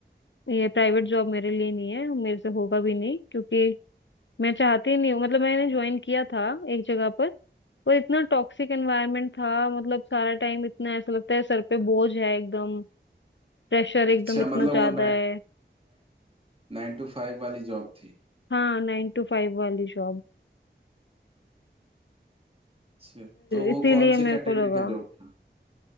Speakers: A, on the left; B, on the right.
A: ये प्राइवेट जॉब मेरे लिए नहीं है मेरे से होगा भी नहीं क्योंकि मैं चाहती ही नहीं हूँ मतलब मैंने ज्वाइन किया था एक जगह पर पर इतना टॉक्सिक एनवायरनमेंट था मतलब सारा टाइम इतना ऐसा लगता है सर पे बोझ है एकदम प्रेशर एकदम
B: अच्छा
A: इतना
B: मतलब
A: ज्यादा
B: वो नाइ
A: है
B: नाइन टू फाइव वाली जॉब थी
A: हाँ नाइन टू फाइव वाली जॉब
B: अच्छा तो वो
A: इसीलिए
B: कौन
A: मेरे
B: सी कैटेगरी
A: को लगा
B: का जॉब था